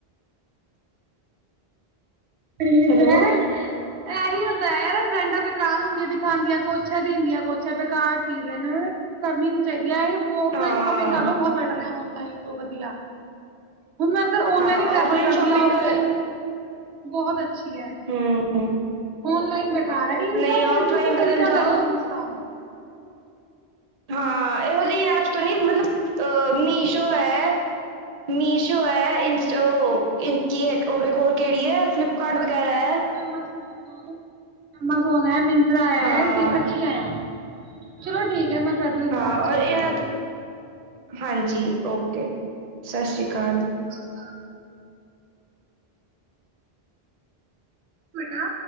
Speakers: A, on the right; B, on the right.
A: ਫਿਰ ਨੀ
B: ਹੈਲੋ
A: ਤੇ ਐਂ ਇਹੀ ਹੁੰਦਾ ਯਾਰ ਬ੍ਰੈਂਡਾਂ ਬੇਕਾਰ ਹੁੰਦੀਆਂ ਦਿਖਾਦੀਆਂ ਕੂਛ ਆ ਦਿੰਦੀਆਂ ਕੂਛ ਆ ਬੇਕਾਰ ਚੀਜ਼ ਐ ਨਾ। ਕਰਨੀ ਨੀ ਚਾਹੀਦੀ ਹੈ, ਇਹ ਔਫਲਾਈਨ
B: ਹਾਂ
A: ਸ਼ੋਪਿੰਗ ਕਰ ਲੋ ਬਹੁਤ ਬੈਟਰ ਹੈ ਔਨਲਾਈਨ ਤੋਂ ਵਧੀਆ। ਹੁਣ ਮੈਂ ਤਰ ਔਨਲਾਈਨ
B: ਹਾਂ
A: ਹੀ ਪ੍ਰੈਫਰ
B: ਆਫਲਾਈਨ
A: ਕਰਦੀ
B: ਸ਼ਾਪਿੰਗ
A: ਹਾਂ ਔਫਲਾਈਨ।
B: ਕਰ
A: ਬਹੁਤ ਅੱਛੀ ਹੈ
B: ਹਮ
A: ਔਨਲਾਈਨ। ਯਾਰ ਏ ਇੰਸਟਾ,
B: ਨਹੀਂ ਆਫਲਾਈਨ
A: ਫੇਸਬੁੱਕ ਤੋਂ ਕਦੀ
B: ਕਰਨ
A: ਨਾ
B: ਜਾਓ
A: ਕਰੇ ਇਨਸਾਨ।
B: ਹਾਂ ਇਹੋ ਜਿਹੀ ਐਪਸ ਤੋਂ ਨਹੀਂ ਮਤਲਬ ਮੀਸ਼ੋ ਹੈ, ਮੀਸ਼ੋ। ਸ਼ੋ ਹੈ ਇਸ ਉਹ ਕੀ ਹੈ ਉਹਦੇ ਹੋਰ ਕਿਹੜੀ ਹੈ ਫਲਿੱਪਕਾਰਟ ਵਗੈਰਾ ਹੈ।
A: ਐਮਾਜ਼ੋਨ ਹੈ ਐਮਾਜ਼ੋਨ ਐ ਮਨ ਮਿੰਤਰਾ ਹੈ
B: ਹਾਂ
A: ਐ ਅੱਛੀਆਂ ਆ, ਚਲੋ ਠੀਕ ਹੈ ਮੈਂ ਕਰਦੀ ਤੁਨੂੰ
B: ਹਾਂ
A: ਬਾਅਦ ਚ
B: ਔਰ
A: ਕੋਲ।
B: ਇਹਨਾਂ ਹਾਂਜੀ ਓਕੇ ਸ਼ਸ਼ ਸ਼੍ਰੀ ਅਕਾਲ।
A: ਹਾਂ। ਇਕ ਨਾ।